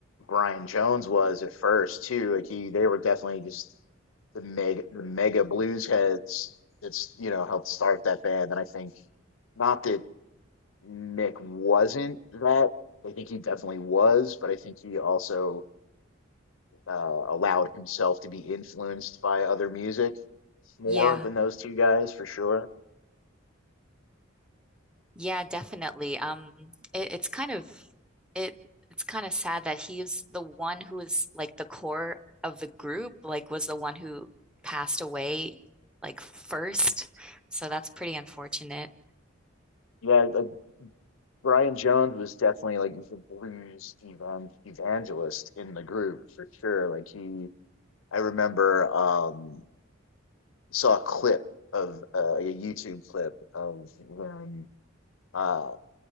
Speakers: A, on the left; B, in the centre.
A: Brian Jones was at first too. Like he they were definitely just the mega the mega blues heads that's, you know, helped start that band and I think not that Mick wasn't that. I think he definitely was, but I think he also uh allowed himself to be influenced by other music more
B: Yeah.
A: than those two guys for sure.
B: Yeah, definitely. Um, it, it's kind of it it's kind of sad that he is the one who is like the core of the group, like was the one who passed away like first. So that's pretty unfortunate.
A: Yeah, like Brian Jones was definitely like the blues evan- evangelist in the group for sure. Like he, I remember um saw a clip of uh, like, a YouTube clip of them uh